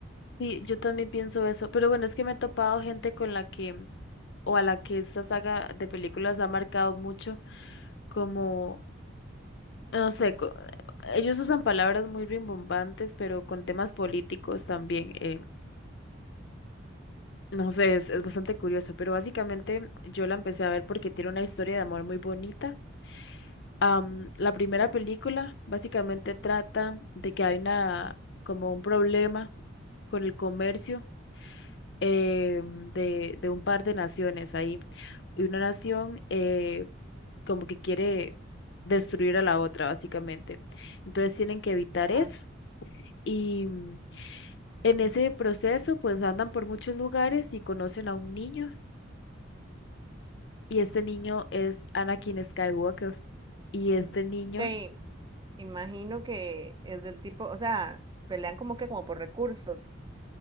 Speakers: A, on the left; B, on the right.
A: Sí, yo también pienso eso, pero bueno, es que me he topado gente con la que, o a la que esta saga de películas ha marcado mucho, como, no sé, co- ellos usan palabras muy rimbombantes, pero con temas políticos también. eh, No sé, es, es bastante curioso, pero básicamente yo la empecé a ver porque tiene una historia de amor muy bonita. Am, la primera película básicamente trata de que hay una, como un problema con el comercio eh, de, de un par de naciones ahí. Y una nación eh, como que quiere destruir a la otra, básicamente. Entonces tienen que evitar eso.
B: Ah.
A: Y mm, en ese proceso, pues andan por muchos lugares y conocen a un niño Y este niño es Anakin Skywalker. Y este niño,
B: Ok, Imagino que es del tipo, o sea, pelean como que como por recursos.